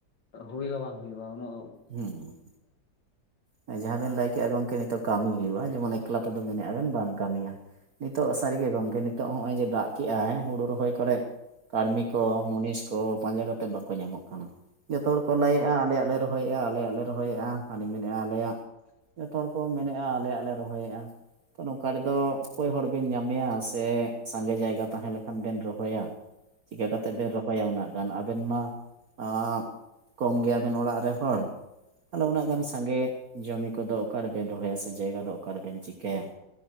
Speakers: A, on the left; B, on the right.
A: ᱦᱩᱭ ᱦᱚᱸ ᱵᱟᱝ ᱦᱩᱭᱩᱜᱼᱟ ᱩᱱᱟᱜ
B: ᱦᱩᱸ ᱦᱩᱸ ᱦᱩᱸ᱾ ᱡᱟᱦᱟᱸ ᱵᱮᱱ ᱞᱟᱹᱭ ᱠᱮᱜᱼᱟ ᱜᱚᱝᱠᱮ ᱱᱤᱛᱳᱜ ᱠᱟᱹᱢᱤ ᱦᱩᱭᱩᱜᱼᱟ᱾ ᱡᱮᱢᱚᱱ ᱮᱠᱞᱟ ᱛᱮᱫᱚ ᱢᱮᱱᱮᱫᱼᱟ ᱵᱮᱱ ᱵᱟᱝ ᱠᱟᱹᱢᱤ-ᱟ᱾ ᱱᱤᱛᱚᱜ ᱥᱟᱹᱨᱤ ᱜᱮ ᱜᱚᱝᱠᱮ ᱱᱤᱛᱚᱜ ᱦᱚᱜᱼᱚᱭ ᱡᱮ ᱫᱟᱜ ᱠᱮᱜ-ᱟᱭ ᱦᱩᱲᱩ ᱨᱚᱦᱚᱭ ᱠᱚᱨᱮ ᱠᱟᱹᱲᱢᱤ ᱠᱚ ᱢᱩᱱᱤᱥ ᱛᱚ ᱯᱟᱸᱡᱟ ᱠᱟᱛᱮᱫ ᱵᱟᱠᱚ ᱧᱟᱢᱚᱜ ᱠᱟᱱᱟ᱾ ᱡᱚᱛᱚ ᱦᱚᱲᱠᱚ ᱞᱟᱹᱭᱮᱫᱼᱟ ᱟᱞᱮᱭᱟᱜ ᱞᱮ ᱨᱚᱦᱚᱭᱮᱫᱼᱟ, ᱟᱞᱮᱭᱟᱜ ᱞᱮ ᱨᱚᱦᱚᱭᱮᱫᱼᱟ᱾ ᱦᱟᱱᱤ ᱢᱮᱱᱮᱫᱼᱟ ᱟᱞᱮᱭᱟᱜ, ᱡᱚᱛᱚ ᱦᱚᱲ ᱠᱚ ᱢᱮᱱᱮᱫᱼᱟ ᱟᱞᱮᱭᱟᱜ ᱞᱮ ᱨᱚᱦᱚᱭᱮᱫᱼᱟ, ᱛᱚ ᱱᱚᱝᱠᱟ ᱨᱮᱫᱚ ᱚᱠᱚᱭ ᱦᱚᱲ ᱵᱮᱱ ᱧᱟᱢᱮᱭᱟ ᱥᱮ ᱥᱟᱸᱜᱮ ᱡᱟᱭᱜᱟ ᱛᱟᱦᱮᱸ ᱞᱮᱠᱷᱟᱱ ᱵᱮᱱ ᱨᱚᱦᱚᱭᱟ᱾ ᱪᱤᱠᱟ ᱠᱟᱛᱮᱜ ᱵᱮᱱ ᱨᱚᱦᱚᱭᱟ ᱩᱱᱟᱹᱜ ᱜᱟᱱ ᱟᱵᱮᱱ ᱢᱟ ᱟ ᱠᱚᱢ ᱜᱮᱭᱟᱵᱮᱱ ᱚᱲᱟᱜ ᱨᱮ᱾ ᱦᱚᱲ, ᱛᱟᱦᱚᱞᱮ ᱩᱱᱟᱹᱜ ᱜᱟᱱ ᱥᱟᱸᱜᱮ ᱦᱚ ᱡᱚᱢᱤ ᱠᱚᱫᱚ ᱚᱠᱟᱨᱮᱵᱮᱱ ᱨᱚᱦᱚᱭᱟ ᱥᱮ ᱡᱟᱭᱜᱟ ᱫᱚ ᱚᱠᱟᱨᱮᱵᱮᱱ ᱪᱤᱠᱟᱹᱭᱟ᱾